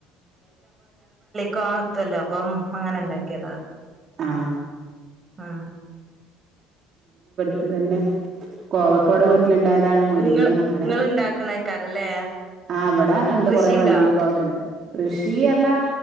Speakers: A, on the right (about 25°); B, on the right (about 45°).
A: കാത്തലം അപ്പം അങ്ങനെ ണ്ടാക്കിയതാ
B: ആ
A: ആ
B: അതെന്നെ കോവക്കവിടെ വി ട്ടില ഇണ്ടായതാണ്, മുരിങ്ങി
A: ഇങ്ങള്
B: അങ്ങനെ.
A: ഇങ്ങള് ഇണ്ടാക്കണേക്കാരല്ലേ
B: അവിടെ ഉണ്ട്
A: കൃഷിണ്ടോ
B: കൊറെ വള്ളിന്റെ കുക്കണ്ട് കൃഷി പറഞ്ഞാ